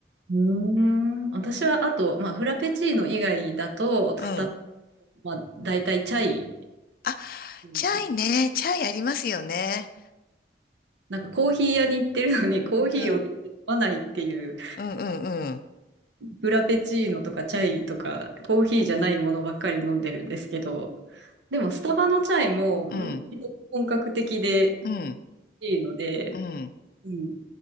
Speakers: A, on the right; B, on the left.
A: うーん。私は、あと、まあ、フラペチーノ以外だと、
B: うん。
A: スタ、まあ、大体チャイ。
B: あ、
A: うん
B: チャイね。チャイありますよね。
A: なんかコーヒー屋に行ってるのにコーヒーを飲まないっていう
B: うん。うん、うん、うん。
A: フラペチーノとかチャイとかコーヒーじゃないものばっかり飲んでるんですけどでもスタバのチャイも割と本格的で
B: うん、うん、
A: いいので、
B: うん。
A: うん、